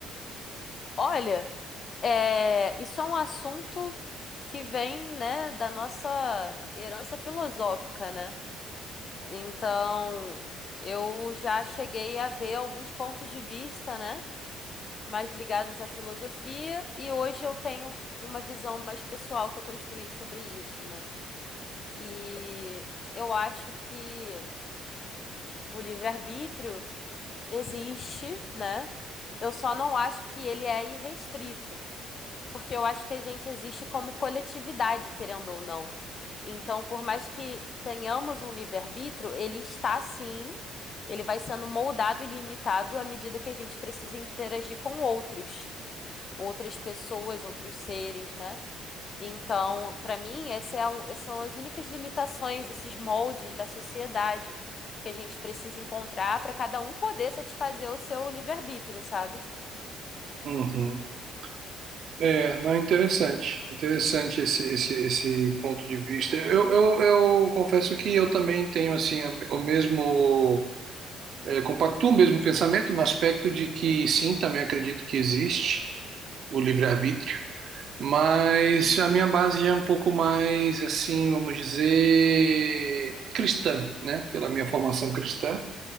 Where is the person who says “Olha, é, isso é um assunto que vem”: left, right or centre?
Left